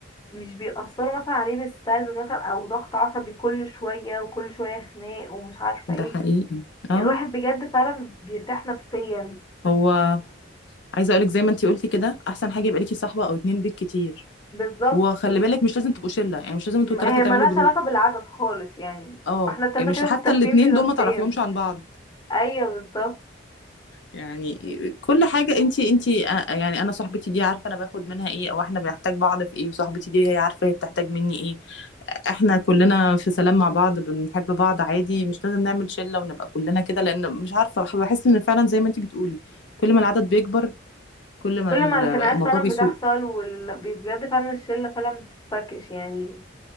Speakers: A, on the left; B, on the left.
A: مش بيأثروا مثلا عليه بالسلب مثلا او ضغط عصبي كل شوية وكل شوية خناق ومش عارفة
B: ده
A: ايه
B: حقيقي اه
A: الواحد بجد فعلا بيرتاح نفسيا
B: هو عايزة اقولك زي ما انتي قلتي كده احسن حاجة يبقى ليكي صاحبة او اتنين بيك كتير
A: بالظبط
B: وخلي بالك مش لازم تبقوا شلة يعني مش لازم انتوا التلاتة
A: هي
B: تعملوا
A: ملهاش
B: جروب
A: علاقة بالعدد خالص يعني
B: اه
A: احنا التلاتة
B: يعني مش
A: كده
B: حتى
A: مستكفين
B: الاتنين
A: بنفسيا
B: دول ما تعرفيهمش عن بعض
A: ايوه بالظبط
B: يعني كل حاجة انتي انتي آه، يعني انا صاحبتي دي عارفة انا باخد منها ايه او احنا بنحتاج بعض في ايه وصاحبتي دي هي عارفة هي بتحتاج مني ايه احنا كلنا في سلام مع بعض بنحب بعض عادي مش لازم نعمل شلة ونبقى كلنا كده لان مش عارفة بح- بحس ان فعلا زي ما انتي بتقولي كل ما العدد بيكبر كل ما
A: كل
B: ال-
A: ما الخناقات
B: الموضوع
A: فعلا
B: بيسوء
A: بتحصل وال... بجد فعلا الشلة فعلا بتتفركش يعني